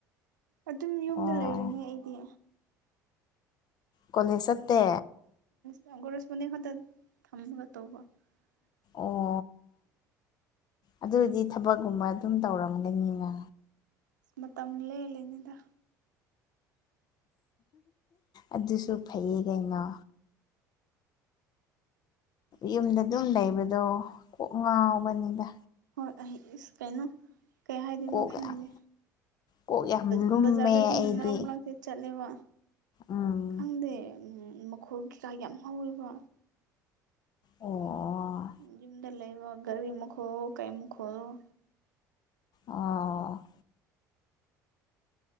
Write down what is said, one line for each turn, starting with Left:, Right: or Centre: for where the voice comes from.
Right: ꯑꯗꯨꯝ ꯌꯨꯝꯗ
Left: ꯑꯣ
Right: ꯂꯩꯔꯅꯦ ꯑꯩꯗꯤ
Left: ꯀꯣꯂꯦꯖ ꯆꯠꯇꯦ
Right: ꯂ ꯒꯨꯔꯦꯖꯄꯅꯤ ꯈꯛꯇ ꯊꯝꯒ ꯇꯧꯕ <unintelligible>
Left: ꯑꯣ ꯑꯗꯨꯗꯤ ꯊꯕꯛꯀꯨꯝꯕ ꯑꯗꯨꯝ ꯇꯧꯔꯝꯒꯅꯤꯅ
Right: ꯃꯇꯝ ꯂꯦꯜꯂꯤꯅꯤꯗ
Left: ꯑꯗꯨꯁꯨ ꯐꯩꯌꯦ ꯀꯩꯅꯣ ꯌꯨꯝꯗ ꯑꯗꯨꯝ ꯂꯩꯕꯗꯣ ꯀꯣꯛ ꯉꯥꯎꯕꯅꯤꯗ
Right: ꯍꯣꯏ ꯑꯩ ꯑꯁ ꯀꯩꯅꯣ ꯀꯩ ꯍꯥꯏꯗꯣꯏꯅꯣ
Left: ꯀꯣꯛ
Right: ꯈꯪꯗꯦ
Left: ꯌꯥꯝ ꯀꯣꯛ ꯌꯥꯝ ꯂꯨꯝꯃꯦ
Right: ꯎꯝ ꯖꯔꯦ ꯑꯗꯨꯝ
Left: ꯑꯩꯗꯤ
Right: ꯃ ꯃꯔꯛ ꯀ ꯆꯠꯂꯦꯕ
Left: ꯎꯝ
Right: ꯈꯪꯗꯦ ꯎ ꯃꯈꯣꯜ ꯀꯩꯀꯥ ꯌꯥꯝ ꯍꯧꯋꯦꯕ
Left: ꯑꯣ
Right: ꯌꯨꯝꯗ ꯂꯩꯕ ꯒꯥꯔꯤ ꯃꯈꯨ ꯈꯣꯂꯣ ꯀꯩꯃꯨꯛ ꯈꯣꯜꯂꯎ
Left: ꯑꯣ